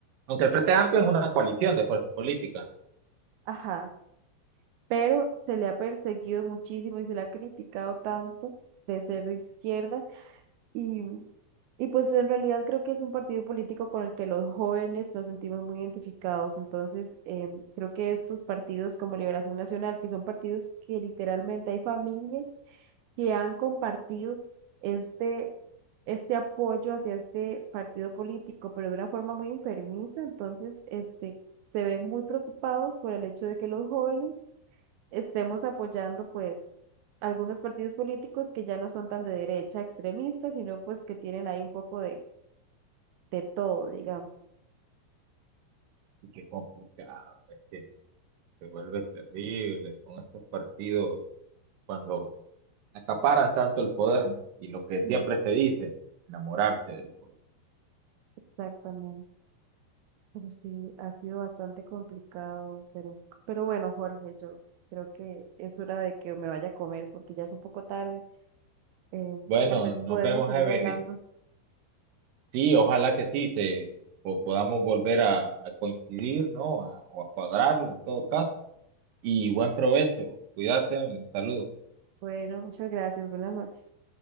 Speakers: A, on the right; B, on the right.
A: Aunque el Frente Amplio es una coalición de fuerzas políticas.
B: Ajá, pero se le ha perseguido muchísimo y se le ha criticado tanto de ser de izquierda Y, y pues en realidad creo que es un partido político con el que los jóvenes nos sentimos muy identificados. Entonces, em, creo que estos partidos como Liberación Nacional, que son partidos que literalmente hay familias que han compartido este, este apoyo hacia este partido político, pero de una forma muy enfermiza. Entonces, este, se ven muy preocupados por el hecho de que los jóvenes estemos apoyando pues algunos partidos políticos que ya no son tan de derecha extremista, sino pues que tienen ahí un poco de, de todo, digamos.
A: Y qué complicado, es que se vuelve terrible con estos partidos cuando acaparan tanto el poder, ¿no? Y lo que siempre
B: Sí.
A: se dice, enamorarse del poder.
B: Exactamente. Pero sí, ha sido bastante complicado, pero, pero bueno, Jorge, yo creo que es hora de que me vaya a comer porque ya es un poco tarde. Eh,
A: Bueno,
B: tal vez
A: nos
B: podemos
A: vemos,
B: seguir
A: Evelyn.
B: hablando.
A: Sí, ojalá que sí, se, o podamos volver a, a coincidir, ¿no? A- o a cuadrarlo en todo caso. Y buen provecho, cuídate, saludos.
B: Bueno, muchas gracias, buenas noches.